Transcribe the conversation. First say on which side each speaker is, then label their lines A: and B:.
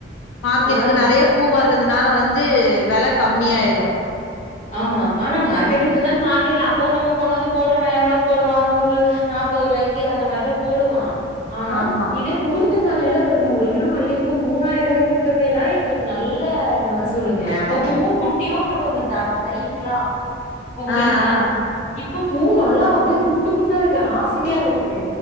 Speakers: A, on the left; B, on the left.
A: மார்க்கெட்டுக்கு
B: ஆ
A: நெறைய பூ வர்றதுனால வந்து வெல கம்மியாயிடு
B: ஆமா ஆனா மார்க்கெட்டுக்கு வந்தாலு மார்க்கெட்ல அப்பவு நம்ம கொண்டு வந்து போடுறவ எவ்வளோக்கு போடுவா நூறு நாப்பது ரூபாய்க்கு அந்த மாரிதா போடுவா ஆனா
A: ஆமா
B: இதே முகூர்த் முகூர்த்த நால்லல்லா பாருங்க ஒரு கிலோ மல்லிகைப்பூ மூணாய்ரூவாய்க்கு வித்தப்பெல்லா எங்களுக்கு நல்ல மகசூலுங்க இப்போ பூவு குட்டியூண்ட்ருக்கு அ இந்த த தைக்குலா பொங்கலுக்குலா
A: ஆ ஆ
B: இப்ப பூ நல்லா அப்டியே குண்டு குண்டாருக்கு ஆசையா இருக்கு